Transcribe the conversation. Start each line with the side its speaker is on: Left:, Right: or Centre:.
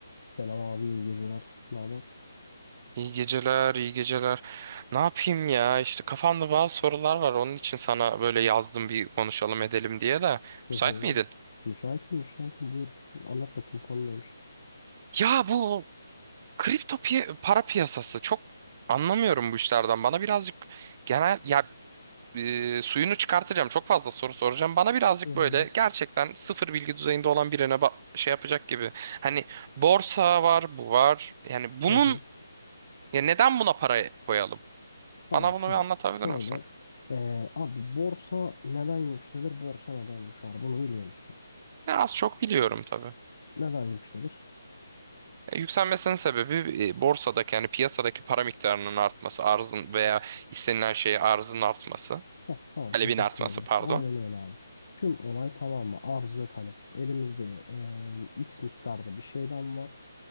Left: Selam abi, iyi geceler. Ne haber?
Right: İyi geceler, iyi geceler. Ne yapayım ya? İşte kafamda bazı sorular var. Onun için sana böyle yazdım bir konuşalım edelim diye de.
Left: Hı
Right: Müsait
Left: hı.
Right: miydin?
Left: Müşahitim, müşahitim. Buyur. Anlat bakayım konu neymiş?
Right: Ya bu kripto piya- para piyasası çok anlamıyorum bu işlerden. Bana birazcık genel ya e, suyunu çıkartacağım. Çok fazla soru soracağım. Bana birazcık
Left: Hı hı.
Right: böyle gerçekten sıfır bilgi düzeyinde olan birine ba- şey yapacak gibi. Hani borsa var, bu var. Yani bunun
Left: Hı hı.
Right: ya neden buna para koyalım?
Left: Tamam
Right: Bana bunu
Left: şimdi
Right: bir anlatabilir
Left: şöyle.
Right: misin?
Left: Ee, abi borsa neden yükselir, borsa neden düşer? Bunu biliyor musun?
Right: Ya az çok biliyorum tabii.
Left: Neden yükselir?
Right: E, Yükselmesinin sebebi e, borsadaki yani piyasadaki para miktarının artması, arzın veya istenilen şeye arzın artması,
Left: Heh, tamam
Right: talebin
Left: teşekkür
Right: artması
Left: ederim.
Right: pardon.
Left: Aynen öyle abi. Tüm olay tamam mı? Arz ve talep. Elimizde ee, X miktarda bir şeyden var.